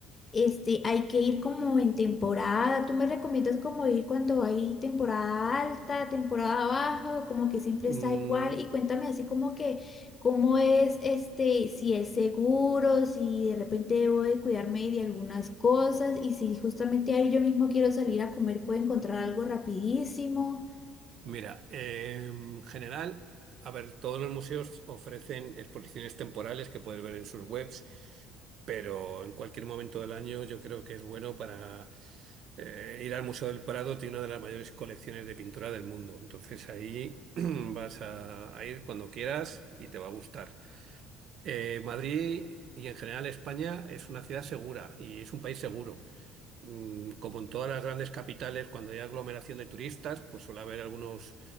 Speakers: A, on the left; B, on the right.
A: Este, hay que ir como en temporada. ¿Tú me recomiendas como ir cuando hay temporada alta, temporada baja o como que siempre
B: Mm,
A: está igual? Y cuéntame así como que cómo es este, si es seguro, si de repente debo de cuidarme de algunas cosas y si justamente ahí yo mismo quiero salir a comer, puedo encontrar algo rapidísimo.
B: mira, en general, a ver, todos los museos ofrecen exposiciones temporales que puedes ver en sus webs. pero en cualquier momento del año yo creo que es bueno para eh, ir al Museo del Prado, tiene una de las mayores colecciones de pintura del mundo, entonces ahí <clears throat> vas a, a ir cuando quieras y te va a gustar. Eh, Madrid y en general España es una ciudad segura y es un país seguro. Mm, Como en todas las grandes capitales, cuando hay aglomeración de turistas, pues suele haber algunos